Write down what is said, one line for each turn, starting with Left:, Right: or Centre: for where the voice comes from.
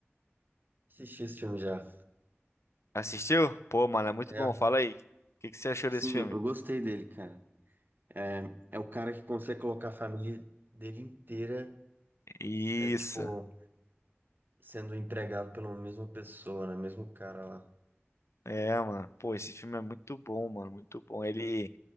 Right: assisti esse filme já.
Left: Assistiu? Pô, mano, é muito
Right: É,
Left: bom, fala aí. O que que você achou
Right: sim,
Left: desse filme?
Right: eu gostei dele, cara. É, é o cara que consegue colocar a família dele inteira
Left: Isso.
Right: É tipo, sendo entregado pela mesma pessoa, né? Mesmo cara lá.
Left: É, mano. Pô, esse filme é muito bom, mano, muito bom. Ele